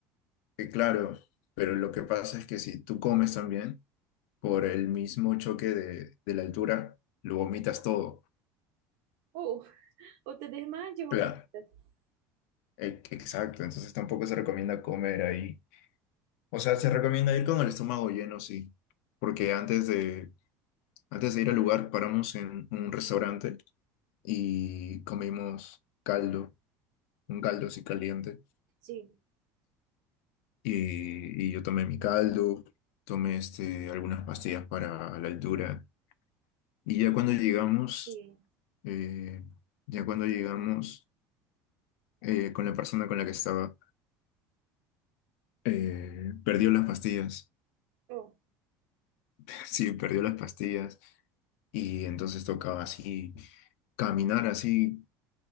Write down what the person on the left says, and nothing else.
eh, claro, pero lo que pasa es que si tú comes también, por el mismo choque de, de la altura, lo vomitas todo.
Claro.
E- Exacto, entonces tampoco se recomienda comer ahí. O sea, se recomienda ir con el estómago lleno, sí, porque antes de, antes de ir al lugar paramos en un restaurante y comimos caldo, un caldo así caliente.
Y, y yo tomé mi caldo, tomé este, algunas pastillas para la altura. Y ya cuando llegamos,
eh, ya cuando llegamos eh, con la persona con la que estaba, eh, perdió las pastillas.
<laughs> Sí, perdió las pastillas. Y entonces tocaba así, caminar así,